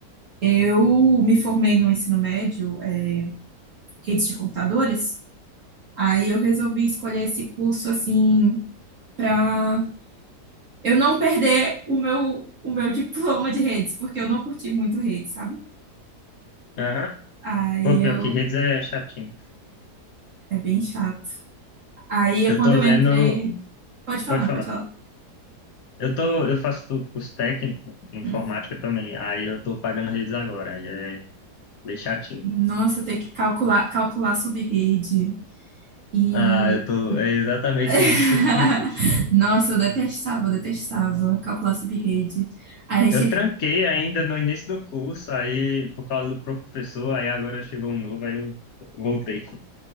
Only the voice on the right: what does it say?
Eu me formei no ensino médio, é, redes de computadores, aí eu resolvi escolher esse curso assim, para eu não perder o meu, o meu <laughs> diploma de redes, porque eu não curti muito redes, sabe?
Aí
eu.
É bem chato. Aí eu,
quando
eu
entrei. Pode falar,
pode falar.
Hum.
Nossa, tem que calcular, calcular sub rede E
<laughs>
Nossa, eu detestava, eu detestava calcular sub-rede. Aí a gente
tinha
que